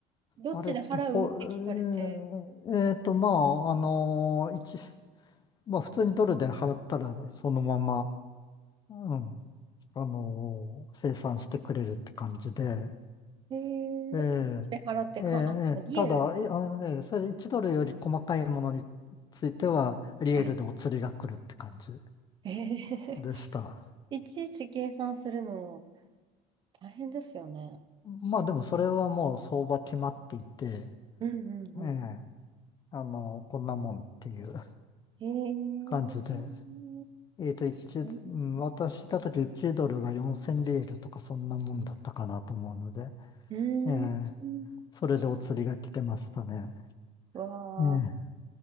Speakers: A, on the right; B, on the left.
A: どっちで払うって聞かれて、
B: あれって、ほ、えーえーと、まあ、あの一、まあ普通にドルで払ったらそのまま、うん。あの、生産してくれるって感じで、
A: えー、
B: ええ、
A: で払ってか、
B: ええ、ええただ、
A: あ、もうリエル、
B: いあのね、それ1ドルより細かいものについては、リエールでお釣りが来るって感じ
A: はい。<laughs> えー、
B: でした。
A: <laughs> いちいち計算するの大変ですよね。
B: まあでもそれはもう相場決まっていて、
A: うんうんうん。
B: ええ、あの、こんなもんっていう
A: えー、
B: 感じで、えっと、一うん、
A: う
B: 私いた時1ドルが4000リエールとかそんなもんだったかなと思うので、
A: ん、
B: ええ、
A: うん、
B: それでお釣りが来てましたね。
A: わー
B: ええ、